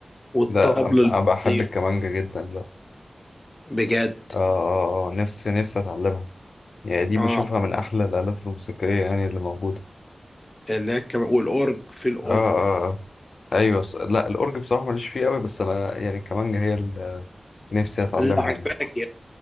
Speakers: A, on the left; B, on the left.
A: والطبل
B: ده أنا
A: البلدي
B: بحب الكمانجة جدا ده
A: بجد
B: اه اه اه نفسي نفسي اتعلمها يعني دي
A: اه
B: بشوفها من أحلى الآلات الموسيقية يعني اللي موجودة
A: اللي هي الكم- والاورج في الاورج
B: اه اه اه أيوة ص- لا الأورج بصراحة ماليش فيه أوي بس أنا يعني كمانجا هي اللي نفسي أتعلمها
A: اللي عجبانك
B: يعني
A: يعني